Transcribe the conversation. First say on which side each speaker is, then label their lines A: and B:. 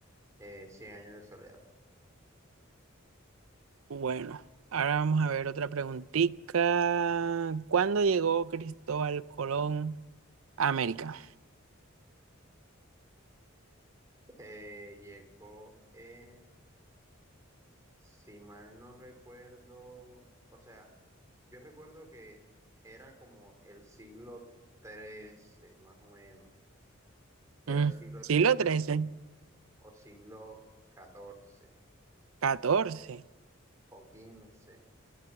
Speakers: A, on the right (about 15°); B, on the right (about 80°).
A: eh, 100 años de soledad.
B: Bueno, ahora vamos a ver otra preguntita. ¿Cuándo llegó Cristóbal Colón a América?
A: Eh, llegó en, si mal no recuerdo, o sea, yo recuerdo que era como el siglo XIII, más o menos. Era
B: Mm,
A: el siglo
B: siglo
A: XIII
B: trece,
A: o siglo XIV
B: catorce.
A: o quince.